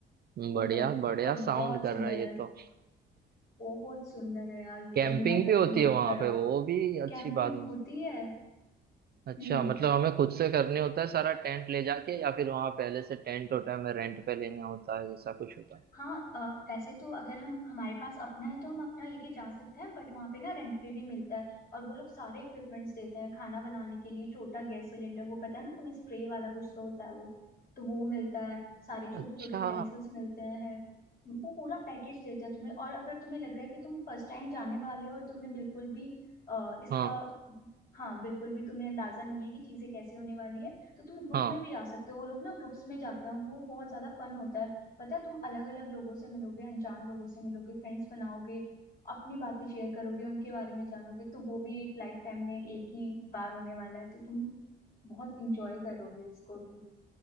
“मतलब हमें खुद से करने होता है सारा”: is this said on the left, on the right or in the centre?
Right